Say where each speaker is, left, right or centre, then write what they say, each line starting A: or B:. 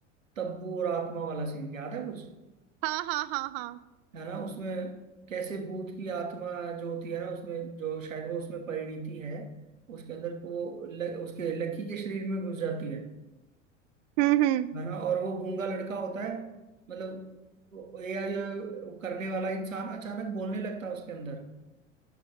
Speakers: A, on the right (about 85°); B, on the right (about 45°).
A: तब्बू और आत्मा वाला सीन याद है कुछ
B: हाँ हाँ हाँ हाँ
A: है ना उसमें कैसे भूत की आत्मा जो होती है ना उसमें जो शायद वो उसमें परिणीति है उसके अंदर वो ल, उसके लकी के शरीर में घुस जाती है
B: हम्म हम्म
A: है ना और वो गूंगा लड़का होता है मतलब एआई करने वाला इंसान अचानक बोलने लगता है उसके अंदर